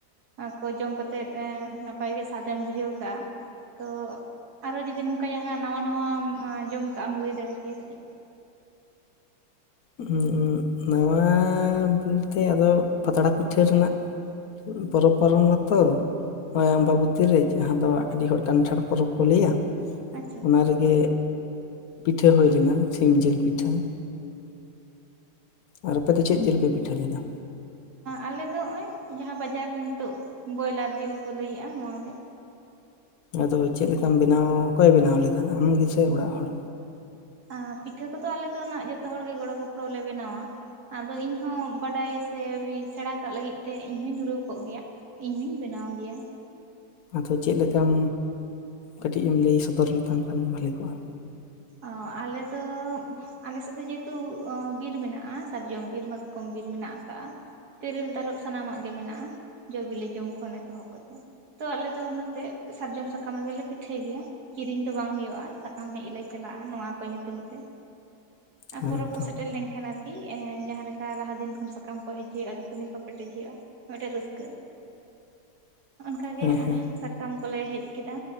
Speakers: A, on the right; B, on the left.
A: ᱚᱱᱟ ᱠᱚ ᱡᱚᱢ ᱠᱟᱛᱮᱜ ᱮᱸ ᱱᱟᱯᱟᱭ ᱜᱮ ᱥᱟᱛᱮᱢ ᱵᱩᱡᱷᱟᱹᱣ ᱠᱟᱜ-ᱟ᱾ ᱛᱚ ᱟᱨᱚ ᱡᱩᱫᱤ ᱱᱚᱝᱠᱟ ᱡᱟᱦᱟᱸ ᱱᱟᱜ ᱱᱟᱣᱟ ᱱᱟᱣᱟᱢ ᱚᱸ ᱡᱚᱢ ᱠᱟᱜ-ᱟᱢ ᱞᱟᱹᱭ ᱫᱟᱲᱮ ᱠᱮᱭᱟ ᱠᱟᱹᱴᱤᱡ?
B: ᱦᱩᱸ ᱩᱸ ᱱᱚᱶᱟ ᱵᱩᱞᱛᱮᱭᱟᱫᱚ ᱯᱟᱛᱲᱟ ᱯᱤᱴᱷᱟᱹ ᱨᱮᱱᱟᱜᱼᱼ ᱯᱚᱨᱚᱵᱽ ᱯᱟᱨᱚᱢ ᱱᱟ ᱛᱚ᱾ ᱦᱳᱭ ᱟᱢᱵᱟᱵᱚᱛᱤ ᱨᱮ ᱡᱟᱦᱟᱸ ᱫᱚ ᱟᱹᱰᱤ ᱦᱚᱲ ᱠᱟᱱᱴᱷᱟᱲ ᱯᱚᱨᱚᱵᱽ ᱠᱚ ᱞᱟᱹᱭᱟ
A: ᱟᱪᱪᱷᱟ
B: ᱚᱱᱟ ᱨᱮᱜᱮ ᱯᱤᱴᱷᱟᱹ ᱦᱩᱭ ᱞᱮᱱᱟ ᱥᱤᱢ ᱡᱤᱞ ᱯᱤᱴᱷᱟᱹ ᱟᱨ ᱟᱯᱮ ᱫᱚ ᱪᱮᱫ ᱡᱤᱞ ᱯᱮ ᱯᱤᱴᱷᱟᱹ ᱞᱮᱫᱟ
A: ᱟᱞᱮ ᱫᱚ ᱚᱸᱭ ᱡᱟᱦᱟᱸ ᱵᱟᱡᱟᱨ ᱨᱮ ᱱᱤᱛᱚᱜ ᱵᱚᱭᱞᱟᱨ ᱡᱤᱞ ᱠᱚ ᱞᱟᱹᱭᱮᱜᱼᱟ ᱱᱚᱣᱟ ᱜᱮ
B: ᱟᱫᱚ ᱪᱮᱫ ᱞᱮᱠᱟᱢ ᱵᱮᱱᱟᱣ ᱚᱠᱚᱭ ᱵᱮᱱᱟᱣ ᱞᱮᱫᱟ ᱟᱢ ᱜᱮᱥᱮ ᱚᱲᱟᱜ ᱦᱚᱲ
A: ᱟᱨ ᱯᱤᱴᱷᱟᱹ ᱠᱚᱫᱚ ᱟᱞᱮ ᱫᱚ ᱱᱟᱜ ᱡᱚᱛᱚ ᱦᱚᱲ ᱜᱮ ᱜᱚᱲᱚ ᱜᱚᱯᱚᱲᱚ ᱞᱮ ᱵᱮᱱᱟᱣᱟ᱾ ᱟᱫᱚ ᱤᱧ ᱦᱚᱸ ᱵᱟᱰᱟᱭ ᱥᱮ ᱥᱮᱬᱟ ᱠᱟᱜ ᱞᱟᱹᱜᱤᱫ ᱛᱮ ᱤᱧᱦᱚᱧ ᱫᱷᱩᱨᱟᱹᱣ ᱠᱚᱜ ᱜᱮᱭᱟ ᱤᱧ ᱦᱚᱧ ᱵᱮᱱᱟᱣ ᱜᱮᱭᱟ
B: ᱟᱫᱚ ᱪᱮᱫ ᱞᱮᱠᱟᱢ ᱠᱟᱹᱴᱤᱡ ᱮᱢ ᱞᱟᱹᱭ ᱥᱚᱫᱚᱨ ᱞᱮᱠᱷᱟᱱ ᱵᱷᱟᱜᱤ ᱦᱩᱭ ᱠᱚᱜᱼᱟ
A: ᱚ ᱟᱞᱮ ᱫᱚ.... ᱟᱞᱮ ᱥᱮᱫ ᱫᱚ ᱡᱮᱦᱮᱛᱩ ᱵᱤᱨ ᱢᱮᱱᱟᱜᱼᱟ ᱥᱟᱨᱡᱚᱢ ᱵᱤᱨ ᱢᱟᱛᱠᱚᱢ ᱵᱤᱨ ᱢᱮᱱᱟᱜ ᱟᱠᱟᱜ-ᱟ ᱛᱮᱨᱮᱞ ᱛᱟᱨᱚᱵ ᱥᱟᱱᱟᱢᱟᱜ ᱜᱮ ᱢᱮᱱᱟᱜᱼᱟ ᱡᱚᱼ ᱵᱤᱞᱤ ᱡᱚᱢ ᱠᱷᱚᱱ ᱮᱛᱚᱦᱚᱵ ᱠᱟᱛᱮ ᱛᱚ ᱟᱞᱮ ᱫᱚ ᱚᱱᱟᱛᱮ ᱥᱟᱨᱡᱚᱢ ᱥᱟᱠᱟᱢ ᱨᱮᱜᱮ ᱞᱮ ᱯᱤᱴᱷᱟᱹᱭ ᱜᱮᱭᱟ ᱠᱤᱨᱤᱧ ᱫᱚ ᱵᱟᱝ ᱦᱩᱭᱩᱜᱼᱟ ᱥᱟᱠᱟᱢ ᱦᱮᱡ ᱞᱮ ᱪᱟᱞᱟᱜᱼᱟ ᱱᱚᱣᱟ ᱠᱚ ᱧᱩᱛᱩᱢ ᱛᱮ ᱟᱨ
B: ᱦᱮᱸᱛᱚ
A: ᱯᱚᱨᱚᱵᱽ ᱠᱚ ᱥᱮᱴᱮᱨ ᱞᱮᱱᱠᱷᱟᱱ ᱟᱨᱠᱤ ᱠᱤ ᱮᱸ ᱡᱟᱦᱟᱸᱮ ᱞᱮᱠᱟ ᱞᱟᱦᱟ ᱫᱤᱱ ᱠᱷᱚᱱ ᱥᱟᱠᱟᱢ ᱠᱚ ᱦᱮᱡ ᱦᱩᱭᱩᱜᱼᱟ ᱫᱩᱛᱱᱤ ᱠᱚ ᱯᱮᱴᱮᱡ ᱦᱩᱭᱩᱜᱼᱟ ᱢᱤᱫᱴᱮᱱ ᱨᱟᱹᱥᱠᱟᱹ
B: <inaudible>
A: ᱚᱱᱠᱟ ᱜᱮ
B: ᱦᱮᱸ ᱦᱮᱸ
A: ᱮ.. ᱥᱟᱠ.. ᱠᱟᱢ ᱠᱚᱞᱮ ᱦᱮᱡ ᱠᱮᱫᱟ